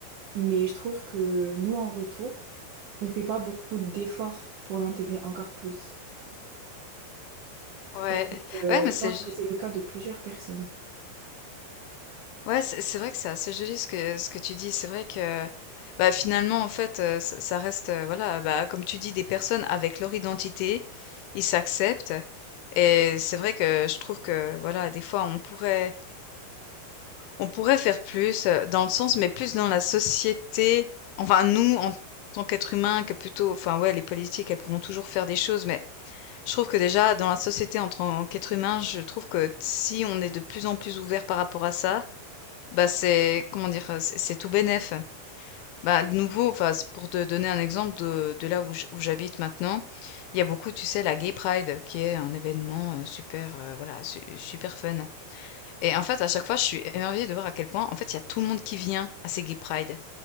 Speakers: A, on the right; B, on the left.
A: Mais je trouve que nous, en retour, on fait pas beaucoup d'efforts pour l'intégrer encore plus.
B: Ouais,
A: Et donc, euh,
B: ouais, mais
A: je
B: c'est,
A: pense
B: ju-
A: que c'est le cas de plusieurs personnes.
B: ouais, c'est c'est vrai que c'est assez joli ce que ce que tu dis. C'est vrai que, bah, finalement, en fait, euh, ça, ça reste, euh, voilà, bah, comme tu dis, des personnes avec leur identité, ils s'acceptent. Et c'est vrai que je trouve que, voilà, des fois, on pourrait On pourrait faire plus, heu, dans le sens mais plus dans la société, enfin nous, en tant qu'êtres humains, que plutôt enfin ouais, les politiques, elles pourront toujours faire des choses, mais je trouve que déjà dans la société en tant qu'être humain, je trouve que si on est de plus en plus ouvert par rapport à ça, bah, c'est comment dire? Heu, c'est c'est tout bénef. Bah, de nouveau, enfin, c'est pour te donner un exemple de de là où j où j'habite maintenant, il y a beaucoup, tu sais, la Gay Pride qui est un événement, heu, super, heu, voilà, su super fun. Et en fait, à chaque fois, je suis émerveillée de voir à quel point, en fait, il y a tout le monde qui vient à ces gay pride.